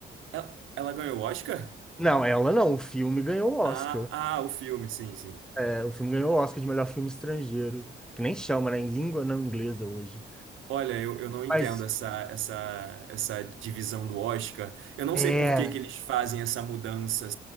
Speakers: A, on the right (about 80°); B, in the centre.
A: ela, ela ganhou o Oscar?
B: Não, ela não. O filme ganhou o
A: Ah,
B: Oscar.
A: ah, o filme, sim, sim.
B: É, o filme ganhou o Oscar de melhor filme estrangeiro. Que nem chama, né? Em língua não inglesa hoje.
A: Olha, eu, eu não entendo
B: Mas,
A: essa, essa, essa divisão do Oscar. Eu não
B: é.
A: sei por que que eles fazem essa mudança.